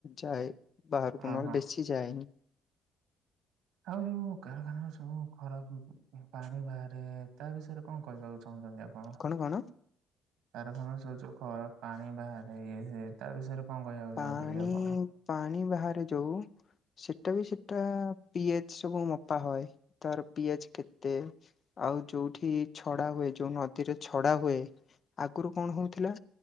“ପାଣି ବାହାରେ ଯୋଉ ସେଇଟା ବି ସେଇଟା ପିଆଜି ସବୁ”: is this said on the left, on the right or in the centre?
Left